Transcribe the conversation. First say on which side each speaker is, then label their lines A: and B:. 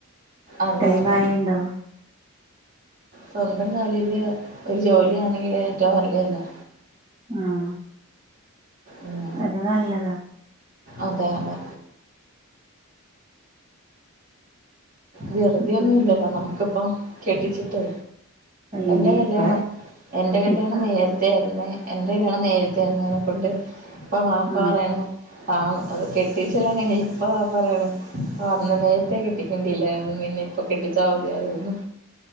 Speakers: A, on the right; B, on the right.
A: അതെ
B: ടൈം
A: അതെ
B: ആയിട്ടുണ്ടോ
A: സ്വന്തം കാലില് ഒരു ജോലിയാണെങ്കിൽ ഏറ്റവും നല്ലതല്ലേ
B: ആഹ്
A: ഉം
B: അത് നല്ലതാ
A: അതെ അതെ വെറുതെ
B: ഉം.
A: ഒന്നുമില്ലല്ലോ നമ്മക്കിപ്പം കെട്ടിച്ചിട്ടേ എന്റെ
B: ഇനിയിപ്പ
A: കല്യാണം എന്റെ കല്യാണം
B: ഇപ്പൊ
A: നേര പിന്നെ എന്റെ കല്യാണം നേരത്തെ ആരുന്നേനെ കൊണ്ട് ഇപ്പോ ബാപ്പ
B: ആ
A: പറയണേ ആഹ് അത് കെട്ടിച്ചെല്ലാം കഴിഞ്ഞ് ഇപ്പോ ബാപ്പ പറയണേ ആ അന്ന് നീ ട്ടെ കെട്ടിക്കേണ്ടില്ലായിരുന്നു നിന്നെ ഇപ്പൊ കെട്ടിച്ചാ മതിയായിരുന്നു